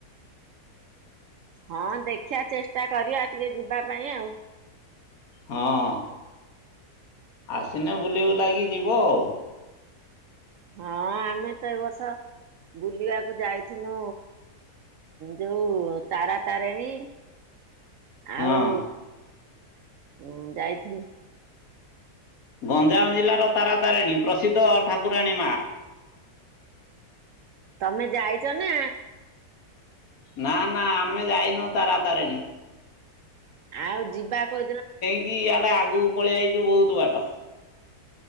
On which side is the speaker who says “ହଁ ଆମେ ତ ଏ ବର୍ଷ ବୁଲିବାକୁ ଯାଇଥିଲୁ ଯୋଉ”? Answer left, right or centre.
Right